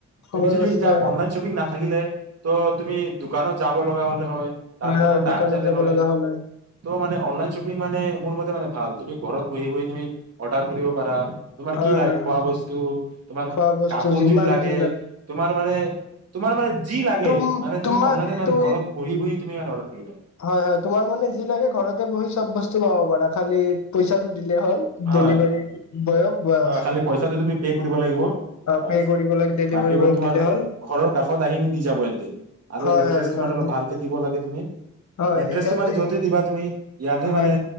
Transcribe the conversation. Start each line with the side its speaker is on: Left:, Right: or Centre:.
Left: সময়
Right: তুমি যদি
Left: বাচি
Right: এতিয়া
Left: যায়
Right: অনলাইন শ্বপিং নাথাকিলে ত তুমি দোকানত যাব লগা হ'ল। হয় আৰু
Left: হয়
Right: তোমাৰ
Left: দোকানত
Right: টাইম গ'লে
Left: যাব
Right: হৈ
Left: লগা হ'লে
Right: ত' মানে অনলাইন শ্বপিং মানে মোৰ মতে মানে ভাল, তুমি ঘৰত বহি বহি তুমি অৰ্ডাৰ কৰিব পাৰা। তোমাৰ
Left: হয়
Right: কি <unintelligible>
Left: হয়
Right: খোৱা
Left: হয়
Right: বস্তু তোমাৰ কি লাগে খোৱাবস্তু তোমাৰ
Left: খোৱা বস্তু
Right: কাপোৰ
Left: যিমান
Right: যদি লাগে,
Left: যি
Right: তোমাৰ মানে তোমাৰ মানে যি লাগে
Left: তুম
Right: মানে
Left: তোমাৰ
Right: তুমি অনলাইনে মানে
Left: তো
Right: ঘৰত বহি বহি তুমি এটা অৰ্ডাৰ কৰিব পাৰা।
Left: হয় হয় তোমাৰ মানে যি লাগে ঘৰতে বহি চব বস্তু পাব পাৰা খালি পইচাটো দিলে হ'ল
Right: হয়
Left: ডেলিভাৰী বয়ক বাছ
Right: হয়। খালী পইচাটো তুমি পে কৰিব লাগিব বাছ।
Left: পে' কৰিব লাগে ডেলিভাৰী
Right: বাকীবোৰ
Left: বয়ক
Right: তোমাৰ
Left: দিলে হ'ল
Right: ঘৰৰ কাষত আহি দি যাব এনতে। আৰু
Left: হয়
Right: এড্ৰেছটো
Left: হয় হয়
Right: মানে অলপ
Left: হয়
Right: ভালকে দিবল বাকী তুমি
Left: হয়
Right: এড্ৰেছটো মানে
Left: এ
Right: যতে দিবা তুমি ইয়াতে,
Left: হয়
Right: মানে
Left: হয়